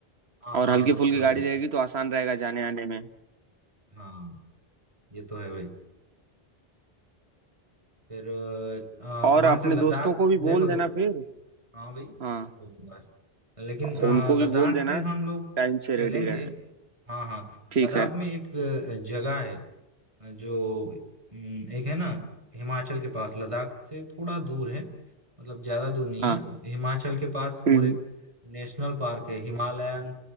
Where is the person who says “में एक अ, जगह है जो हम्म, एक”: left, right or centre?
Right